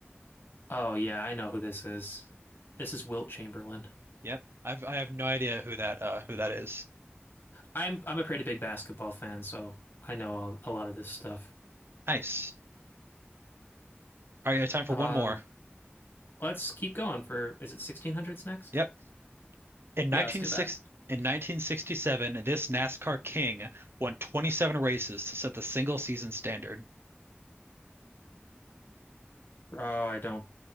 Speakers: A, on the left (about 60°); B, on the right (about 70°).
A: Oh yeah, I know who this is. This is Wilt Chamberlain.
B: Yep. I've I have no idea who that uh who that is.
A: I'm I'm a pretty big basketball fan, so I know a, a lot of this stuff.
B: Nice. All right, you have time for
A: Um,
B: one more.
A: let's keep going for is it 1600s next?
B: Yep. In
A: Yeah, let's do
B: 1960
A: that.
B: in 1967, this NASCAR king won 27 races to set the single season standard.
A: Oh, I don't